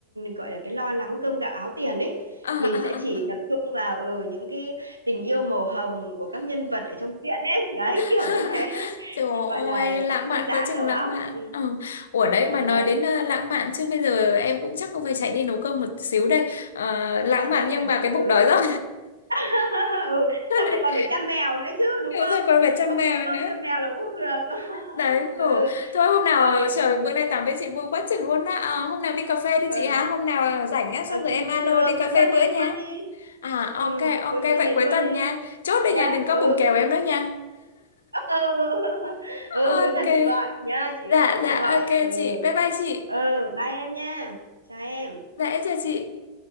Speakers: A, on the right; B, on the left.
A: gọi là cái lo lắng cơm gạo áo tiền ấy
B: à, à,
A: mình sẽ chỉ
B: à. à.
A: tập trung vào ở những cái tình yêu màu hồng của các nhân vật ở trong truyện ấy đấy
B: <laughs>
A: kiểu như thế <laughs>
B: Trời
A: gọi là
B: ơi, lãng
A: cho thư
B: mạn
A: giãn
B: quá trình
A: đầu
B: lãng
A: óc
B: mạn.
A: ừ.
B: Ừ. Ủa đấy,
A: ừ
B: mà nói
A: đấy
B: đến ờ, lãng mạn chứ bây giờ em cũng chắc cũng phải chạy đi nấu cơm một xíu đây. Ờ, lãng
A: à
B: mạn
A: thế à
B: nhưng mà cái
A: ừ
B: bụng đói rồi.
A: <laughs> ừ
B: <laughs>
A: xong lại còn phải chăm mèo nữa chứ đúng
B: Hiểu
A: không
B: rồi còn phải chăm
A: không
B: mèo
A: có cơm
B: nữa.
A: cho mèo là cũng không được <laughs>
B: Đấy, khổ.
A: ừ
B: Thôi hôm nào,
A: rồi
B: ờ, trời, bữa nay tám với chị vui quá chừng luôn á. Ờ, hôm nào đi cà phê đi
A: ừ
B: chị hả? Hôm nào rảnh á,
A: Ờ,
B: xong rồi
A: chủ,
B: em alo
A: thứ- ờ,
B: đi cà
A: cuối
B: phê
A: tuần
B: bữa
A: này luôn
B: nhé.
A: đi.
B: À ok
A: Ừ,
B: ok
A: cuối
B: vậy
A: tuần này
B: cuối
A: luôn
B: tuần
A: đi.
B: nha. Chốt đây
A: Nhá.
B: nha, đừng có
A: Ừ,
B: bùng kèo
A: có
B: em
A: gì.
B: đó nha.
A: <laughs> Ừ, ừ, ừ.
B: Ok.
A: ừ, cuối tuần chị gọi nhá, chị
B: Dạ
A: chị
B: dạ
A: sẽ gọi.
B: ok
A: Ừ.
B: chị. Bye bye chị.
A: Ừ, bye em nha. Chào em.
B: Dạ em chào chị.